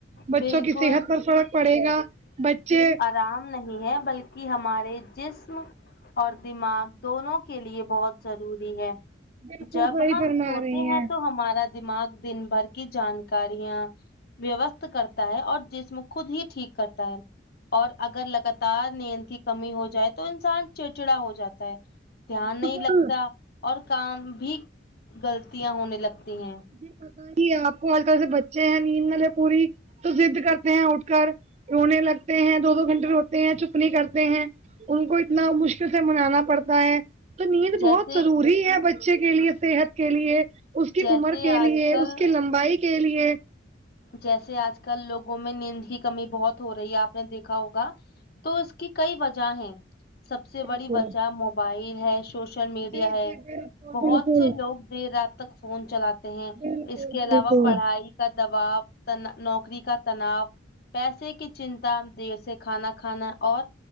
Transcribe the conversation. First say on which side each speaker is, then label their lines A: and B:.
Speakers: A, on the right (about 35°); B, on the left (about 55°).
A: بچوں
B: بالکل
A: کی صحت پر فرق پڑے گا بچے
B: رام ندی ہے بلکہ ہمارے جسم اور دماغ دونوں کے لیے بہت ضروری ہے
A: بالکل
B: جب
A: صحیح
B: ہم
A: فرما
B: سوتے
A: رہی
B: ہیں تو ہمارا دماغ دن بھر کی جانکاریاں وست کرتا ہے اور جسم خود ہی ٹھیک کرتا ہے اور اگر لگاتار نیند کی کمی ہو جائے تو انسان چڑچڑا ہو جاتا ہے دھیان نہیں
A: بالکل
B: لگتا اور کام بھی غلطیاں ہونے لگتی ہیں
A: جی پتا ہی آپ کو آج کل سے بچے ہیں نیند نلے پوری تو زد کرتے ہیں اٹھ کر رونے لگتے ہیں دو دو گھنٹے روتے ہیں چپ نہیں کرتے ہیں ان کو اتنا مشکل سے منانا پڑتا ہے تو نیند
B: جیسے
A: بہت ضروری ہے بچے کے لیے صحت کے لیے اس کی
B: جیسے
A: عمر کے
B: آج
A: لیے
B: کل
A: اس کی لمبائی کے لیے
B: جیسے آج کل لوگوں میں نیند کی کمی بہت ہو رہی ہے آپ نے دیکھا ہوگا تو اس کی کئی وجہ ہیں سب سے
A: بالکل
B: بڑی وجہ موبائل ہے سوشل میڈیا
A: جی
B: ہے
A: جی بالکل
B: بہت
A: بالکل
B: سے لوگ دیر رات تک فون چلاتے ہیں
A: بالکل
B: اس کے علاوہ
A: بالکل
B: پڑھائی کا دباؤ تنہ نوکری کا تناؤ پیسے کی چنتا ہم دیر سے کھانا کھانا اور